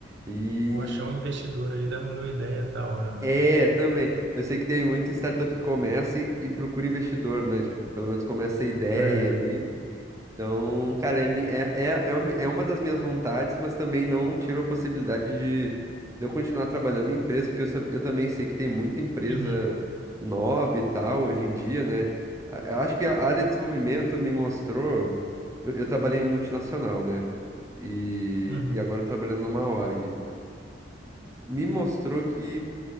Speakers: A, on the right (about 15°); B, on the right (about 65°).
A: E
B: Ou achar um investidor aí dá uma ideia da hora, né?
A: é, também. Eu sei que tem muita startup que começa e, e procura investidor, né? Tipo, pelo menos começa a ideia
B: É.
A: ali. Então, cara, é, mi- é, é, é uma é uma das minhas vontades, mas também não tiro a possibilidade de, de eu continuar trabalhando em empresa, porque eu, sa- eu também sei que tem muita empresa
B: Uhum.
A: nova e tal hoje em dia, né? A- Eu acho que a área de desenvolvimento me mostrou. Eu, eu trabalhei em multinacional, né? E,
B: Uhum.
A: e agora eu tô trabalhando numa org. Me mostrou que.